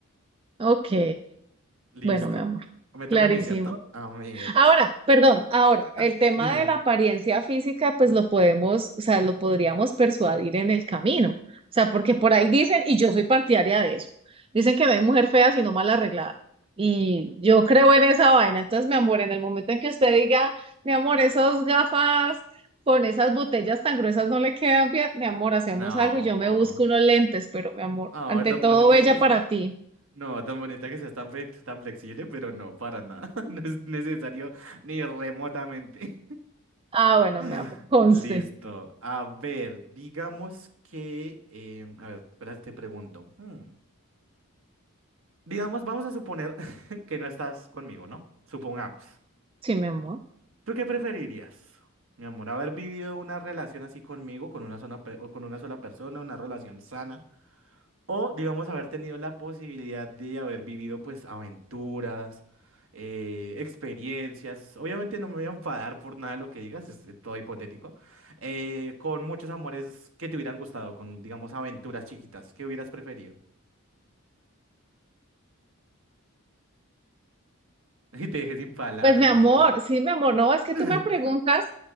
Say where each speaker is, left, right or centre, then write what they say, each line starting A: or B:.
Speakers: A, on the right (about 25°); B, on the right (about 65°).
A: Ok.
B: Listo.
A: Bueno, mi amor,
B: Me toca
A: clarísimo.
B: a mí, ¿cierto? A ver.
A: Ahora, perdón, ahora,
B: Ah,
A: el tema
B: dime.
A: de la apariencia física, pues lo podemos, o sea, lo podríamos persuadir en el camino. O sea, porque por ahí dicen, y yo soy partidaria de eso, dicen que no hay mujer fea sino mal arreglada. Y yo creo en esa vaina. Entonces, mi amor, en el momento en que usted diga, mi amor, esas gafas con esas botellas tan gruesas no le quedan bien, mi amor, hacemos
B: No.
A: algo y yo me busco unos lentes, pero mi amor,
B: Oh,
A: ante
B: tan
A: todo,
B: bonita
A: bella
B: que es.
A: para ti.
B: No, tan bonita que seas tan, flex- tan flexible, pero no, para nada. <laughs> No es necesario ni remotamente.
A: Ah, bueno,
B: <laughs>
A: mi amor, conste.
B: Listo. A ver, digamos que... em, a ver, espera, te pregunto. Hmm. Digamos, vamos a suponer <laughs> que no estás conmigo, ¿no? Supongamos.
A: Sí, mi amor.
B: ¿Tú qué preferirías, mi amor? ¿Haber vivido una relación así conmigo, con una sola, pe- o con una sola persona, una relación sana? O, digamos, haber tenido la posibilidad de haber vivido, pues, aventuras, eh, experiencias. Obviamente no me voy a enfadar por nada de lo que digas, es eh, todo hipotético. eh, con muchos amores que te hubieran gustado, con, digamos, aventuras chiquitas. ¿Qué hubieras preferido? <laughs> Y te dejé sin palabras,
A: Pues mi amor,
B: mi cielo.
A: sí, mi amor, no, es que tú
B: <laughs>
A: me preguntas,